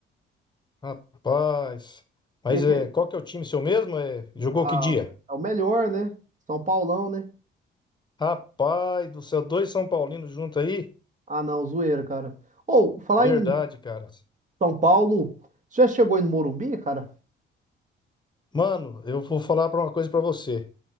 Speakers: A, on the left; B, on the right.
A: rapaz. Mas
B: E aqui,
A: é, qual que é o time seu mesmo? É, jogou
B: ah,
A: que dia?
B: é o melhor, né? São Paulão, né?
A: Rapaz do céu, dois São Paulinos junto aí?
B: Ah, não, zoeira, cara. Ou, falar
A: Verdade,
B: em
A: cara.
B: São Paulo, você já chegou aí no Morumbi, cara?
A: Mano, eu vou falar pra uma coisa pra você.